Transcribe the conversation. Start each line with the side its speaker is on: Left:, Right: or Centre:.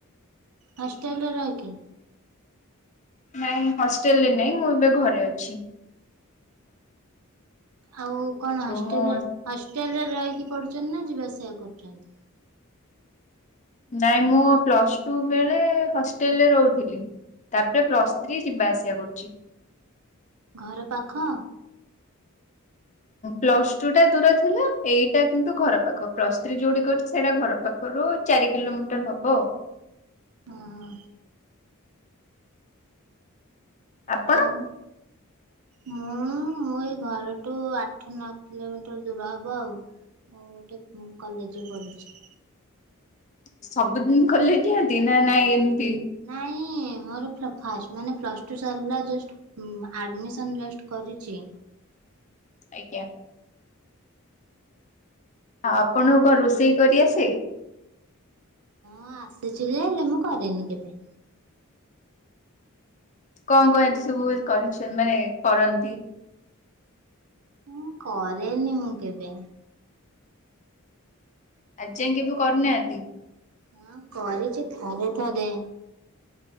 Right: ହାଷ୍ଟେଲ୍ ରେ ରହିକି।
Left: ନାଇଁ ହଷ୍ଟେଲରେ ନାଇଁ ମୁଁ ଏବେ ଘରେ ଅଛି।
Right: ଆଉ କଣ ହଷ୍ଟେଲରେ
Left: ମୁଁ
Right: ହଷ୍ଟେଲରେ ରହିକି ପଡୁଛନ୍ତି ନା ଯିବା ଆସିବା କରୁଛନ୍ତି।
Left: ନାଇଁ ମୁଁ ପ୍ଲସ୍ ଟୁ ବେଳେ ହଷ୍ଟେଲରେ ରହୁଥିଲି। ତାପରେ ପ୍ଲସ୍ ଥ୍ରି ଯିବା ଆସିବା କରୁଛି।
Right: ଘର ପାଖ।
Left: ପ୍ଲସ ଟୁ ଟା ଦୂର ଥିଲା ଏଇଟା କିନ୍ତୁ ଘର ପାଖ ପ୍ଲସ ଥ୍ରୀ ଯୋଉଠି କରୁଛି ସେଇଟା ଘର ପାଖ। ପାଖରୁ ଚାରି କିଲୋମିଟର ହବ ଆଉ।
Right: ଓହ।
Left: ଆପଣ?
Right: ଆଉ? ମୁଁ ମୋ ଏଇ ଘରଠୁ ଆଠ ନଅ କିଲୋମିଟର ଦୂର ହେବ ଆଉ। ମୁଁ ଗୋଟେ କଲେଜରେ ପଢ଼ୁଛି।
Left: ସବୁଦିନ କଲେଯ ଯାଅଟି ନା ନାଇଁ ଏମିତି।
Right: ନାଇଁ ମୋର ଫାଷ୍ଟ ମାନେ ପ୍ଲସ ଟୁ ସରିଲା ଜଷ୍ଟ। ଆଡମିସନ ଜଷ୍ଟ କରିଛି।
Left: ଆଜ୍ଞା ଆଉ ଆପଣଙ୍କୁ କଣ ରୋଷେଇ କରି ଆସେ?
Right: ହଁ ଆସିଛି ଯେ ହେଲେ ମୁଁ କରିନି କେବେ।
Left: କଣ କଣ ଏଠି ସବୁ କରିଛ ମାନେ କରନ୍ତି।
Right: ମୁଁ କରେନି ମୁଁ କେବେ।
Left: ଆଜି ଯାଏ କେବେ କରିନାହାନ୍ତି।
Right: ହଁ କରିଛି ଥରେ ଥରେ।